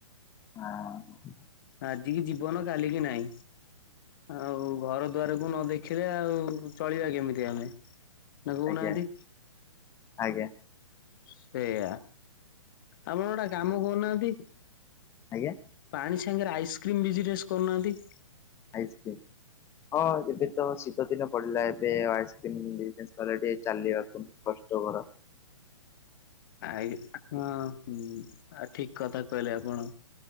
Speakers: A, on the left (about 15°); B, on the left (about 40°).
A: ହଁ।
B: ଆଜିିକି ଜୀବନ କାଲିକି ନାହିଁ ଆଉ ଘର ଦୁଆରକୁ ନ ଦେଖ ଖିଲେ ଆଉ ଚଳିବା କେମିତି ଆମେ। ନା କହୁନାହାନ୍ତି।
A: ଆଜ୍ଞା ଆଜ୍ଞା।
B: ସେୟା ଆମେ ଗୋଟେ କାମ କରୁନାହାନ୍ତି।
A: ଆଜ୍ଞା।
B: ପାଣି ସାଙ୍ଗରେ ଆଇସ୍କ୍ରିମ୍ ବିଜନେସ୍ କରୁନାହାନ୍ତି।
A: ଆଇସ୍କ୍ରିମ ହଁ ଏବେ ତ ଶୀତ ଦିନ ପଡିଲା ଏବେ ଆଉ ଆଇସ୍କ୍ରିମ ବିଜନେସ କଲେ ଟିକେ ଚାଲିବାକୁ କଷ୍ଟକର।
B: ଆଇ ଆ ହଁ ହୁଁ ଆଉ ଠିକ କଥା କହିଲେ ଆପଣ।